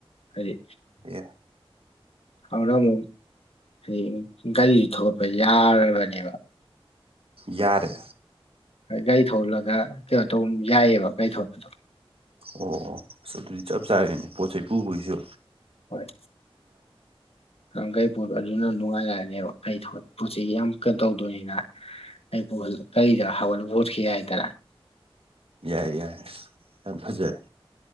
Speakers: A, on the left; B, on the right.
A: ꯍꯥꯏꯗꯤ
B: ꯑꯦ
A: ꯑꯗꯨꯅ ꯑꯃꯨꯛ ꯍꯥꯏꯗꯤ ꯒꯥꯔꯤ ꯊꯧꯒꯠꯄ ꯌꯥꯔꯕꯅꯦꯕ
B: ꯌꯥꯔꯦ
A: ꯒꯥꯔꯤ ꯊꯧꯍꯟꯂꯒ ꯀꯩꯅꯣ ꯇꯧꯕ ꯌꯥꯏꯌꯦꯕ ꯒꯥꯔꯤ ꯊꯧꯄꯗꯣ
B: ꯑꯣ ꯑꯣ ꯑꯁ ꯑꯗꯨꯗꯤ ꯆꯞ ꯆꯥꯔꯦꯅꯦ ꯄꯣꯠ ꯆꯩꯩ ꯄꯨꯕꯩꯁꯨ
A: ꯍꯣꯏ ꯉꯍꯟꯒꯩ ꯐꯣꯟꯗꯣ ꯑꯅꯤꯅꯥ ꯅꯨꯡꯉꯥꯏ ꯌꯥꯔꯅꯦꯕ ꯀꯩ ꯊꯣꯠ ꯄꯨꯟꯁꯤꯒꯤ ꯑꯝꯇ ꯇꯧꯗꯣꯏꯅꯤꯅ ꯑꯩꯕꯣꯜ ꯑꯩꯗ ꯍꯋꯥ <unintelligible> ꯌꯥꯢꯗ
B: ꯌꯥꯏ ꯌꯥꯏ ꯑꯁ ꯌꯥꯝ ꯐꯖꯔꯦ